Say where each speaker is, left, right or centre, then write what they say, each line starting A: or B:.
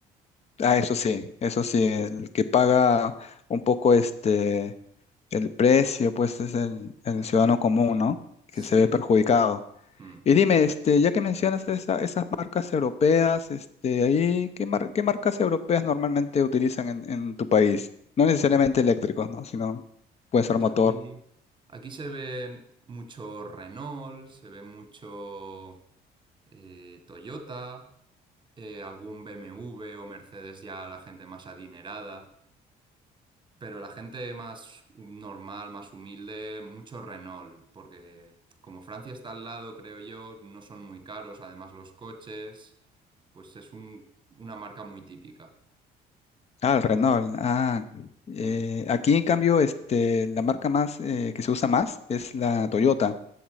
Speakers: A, on the left; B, on the right.
A: ah, eso sí, eso sí, el que paga un poco este el precio, pues es el, el ciudadano común, ¿no? Que
B: Sí.
A: se ve perjudicado.
B: mm.
A: Y dime, este, ya que mencionas esa- esas marcas europeas, este, ahí, ¿qué mar- qué marcas europeas normalmente utilizan en, en tu país? No necesariamente eléctricos, ¿no? Sino puede
B: Pues
A: ser motor.
B: aquí, aquí se ve mucho Renault, se ve mucho eh, Toyota, eh, algún BMW o Mercedes ya la gente más adinerada, pero la gente más normal, más humilde, mucho Renault, porque como Francia está al lado, creo yo, no son muy caros, además los coches, pues es un- una marca muy típica.
A: Ah, el Renault. Ah, eh,
B: Mm.
A: aquí en cambio, este, la marca más eh, que se usa más es la Toyota,